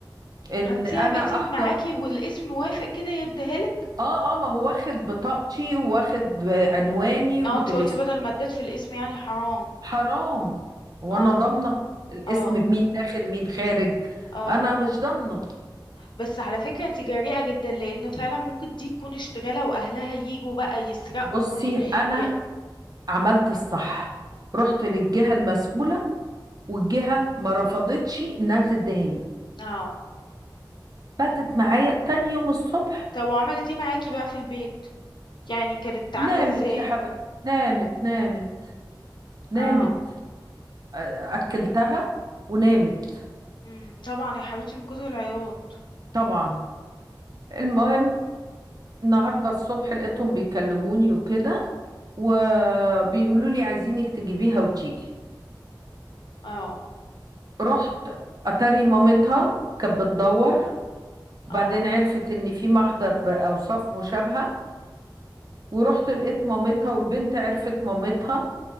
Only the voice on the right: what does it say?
ان
انا
احضر
اه اه ما هو واخد بطاقتي واخد عنواني وتليفوني
حرام وانا
ضامنه الاسم
مين داخل مين خارج
انا مش ضامنه
بصي
انا
عملت الصح رحت للجهه المسؤوله والجهة ما رفضتش انها تدهاني
باتت معايا تاني يوم الصبح
نامت
يا حبيبي نامت نامت نامت
آه، اكلتها ونامت
طبعا المهم النهارده الصبح لقيتهم بيكلموني وكده وبيقولوا لي عايزينك تجيبيها وتيجي
رحت اتاري مامتها كانت بتدور وبعدين
عرفت ان في محضر باوصاف مشابهه ورحت لقيت مامتها والبنت عرفت مامتها